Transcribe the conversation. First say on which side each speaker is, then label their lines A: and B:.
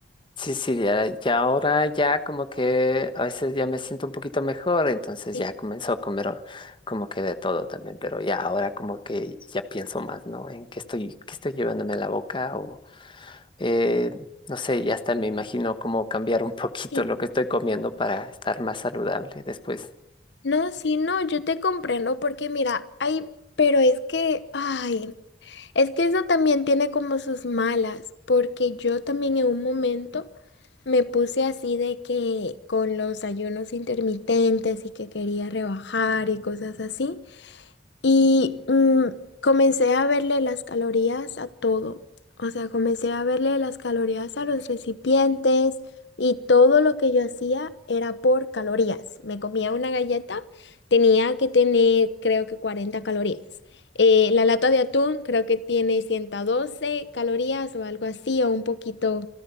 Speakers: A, on the left; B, on the left.
A: sí, sí, ya, ya ahora ya como que a veces ya me siento un poquito mejor, entonces
B: Sí,
A: ya comenzó a comer o- como que de todo también, pero ya ahora como que ya pienso más, ¿no? En qué estoy, qué estoy llevándome a la boca o eh, no sé, ya hasta me imagino cómo cambiar un poquito
B: sí.
A: lo que estoy comiendo para estar más saludable después.
B: No, sí, no, yo te comprendo porque mira, ay, pero es que, ay, es que eso también tiene como sus malas, porque yo también en un momento me puse así de que con los ayunos intermitentes y que quería rebajar y cosas así. Y mm, comencé a verle las calorías a todo. O sea, comencé a verle las calorías a los recipientes y todo lo que yo hacía era por calorías. Me comía una galleta, tenía que tener creo que 40 calorías. Eh, la lata de atún creo que tiene 112 calorías o algo así, o un poquito